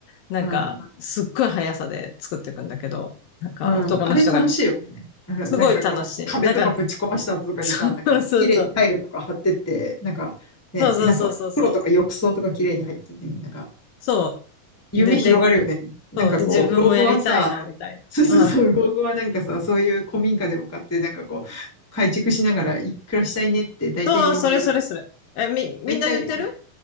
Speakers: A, on the left; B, in the centre.
A: なんか、
B: うん、
A: すっごい速さで作っていくんだけど、なんか、
B: うん。
A: 男の人が、
B: あれ楽しいよね。<laughs> うんなんかこう、
A: すごい楽しい。
B: 壁とかぶち壊した後とかにさ、
A: なんか、<laughs>
B: なんかこう、
A: そうそうそう。
B: 綺麗にタイルとか貼ってって、なんかね、
A: そうそうそうそうそう。
B: なんかお風呂とか浴槽とか綺麗に入ってて、なんか
A: そ
B: 夢広がるよね。
A: う。で、で、
B: なんかこう、
A: そう。で、自分もやりたいな、
B: 老後はさ、<laughs>
A: みたいな。
B: そうそうそう、
A: うん。
B: 老後はなんかさ、そういう古民家でも買って、なんかこう、改築しながらいくらしたいねって大体みんな言うよ。
A: そう、それそれそれ。え、み、みんな言ってる
B: 大体、